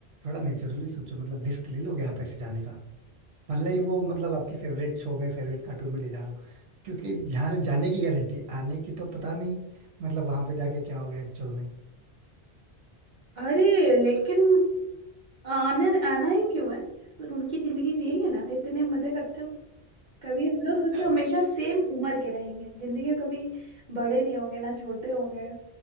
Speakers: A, on the right (about 75°); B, on the right (about 50°).
A: थोड़ा नेचुरली सोचो मतलब रिस्क ले लोगे आप ऐसे जाने का? भले ही वो मतलब आपकी फेवरेट शो में फेवरेट कार्टून में ले जा रहा हूँ क्योंकि यहाँ से जाने की गारंटी आने की तो पता नहीं मतलब वहां पे जाके क्या होगा एक्चुअल में
B: अरे लेकिन आने आना ही क्यों है उनकी जिंदगी जिएंगे ना इतने मजे करते हैं कभी हम लोग सोचो
A: <laughs>
B: हमेशा सेम उम्र के रहेंगे जिंदगी में कभी बड़े नहीं होंगे ना छोटे होंगे